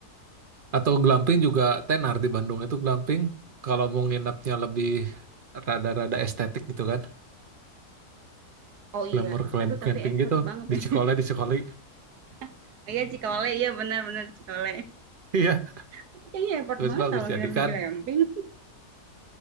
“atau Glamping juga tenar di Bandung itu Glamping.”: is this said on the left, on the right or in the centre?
Right